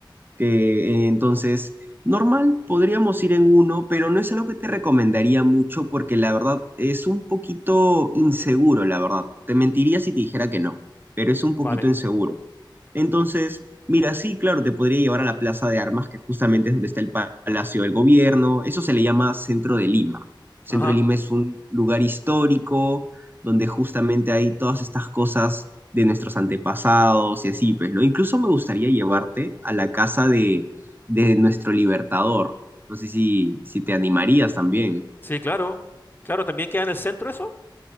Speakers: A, on the right; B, on the left.
A: que eh, entonces, normal, podríamos ir en uno, pero no es algo que te recomendaría mucho porque la verdad es un poquito inseguro, la verdad. Te mentiría si te dijera que no, pero es un poquito
B: Vale,
A: inseguro. Entonces, mira, sí, claro, te podría llevar a la Plaza de Armas, que justamente es donde está el Palacio del Gobierno. Eso se le llama Centro de Lima. Centro
B: ajá,
A: de Lima es un lugar histórico donde justamente hay todas estas cosas de nuestros antepasados y así, pues, ¿no? Incluso me gustaría llevarte a la casa de, de nuestro libertador. No sé si, si te animarías también.
B: sí, claro. Claro, ¿también queda en el centro eso?